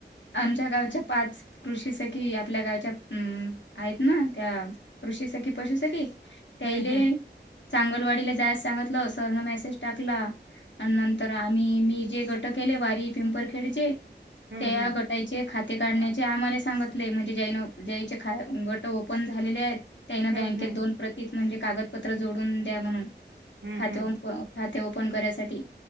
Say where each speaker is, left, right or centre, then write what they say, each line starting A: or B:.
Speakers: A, on the left; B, on the right.
A: आमच्या गावाचे पाच कृषीसखी आपल्या गावच्या अम... आहेत ना त्या. कृषी सखी पशु सखी. त्या
B: हम्म,
A: इले
B: हम्म,
A: चांगलवाडीला जायास सांगितलं. सरन मेसेज टाकला आणि नंतर आ आणि मी जे गट केले, वारी पिंपरखेडचे
B: हम्म,
A: त्या
B: हम्म,
A: गट. त्यायचे खाते काढण्याचे आम्हाला सांगितले म्हणजे जैन ज्यायचे खाया गट ओपन झालेले आहेत. त्याना बँकेत
B: हम्म, हम्म,
A: दोन प्रतीत म्हणजे, कागदपत्र जोडून द्या म्हणून.
B: हम्म,
A: खाते
B: हम्म, हम्म,
A: खाते ओपन करायसाठी,